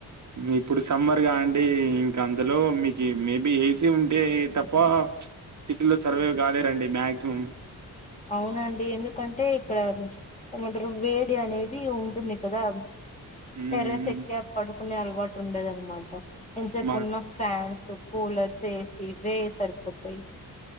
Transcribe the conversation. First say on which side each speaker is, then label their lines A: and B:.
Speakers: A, on the right; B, on the left.
A: ఇప్పుడు సమ్మర్గా అండి ఇంకా అందులో మీకు మేబీ ఏసీ ఉంటే తప్ప సిటీలో సర్వే కాలేరండి మ్యాక్సిమం
B: అవునండి ఎందుకంటే ఇక్కడ జ ఏమంటారు వేడి అనేది ఉంటుంది కదా
A: మ్మ్
B: టెర్రస్ ఎక్కి పడు కొనే అలవాటు ఉండేదనమాట ఎంతసేపు
A: మా
B: ఉన్న ఫ్యాన్స్ కూలర్స్ ఏ సీ ఇవే సరిపోతాయి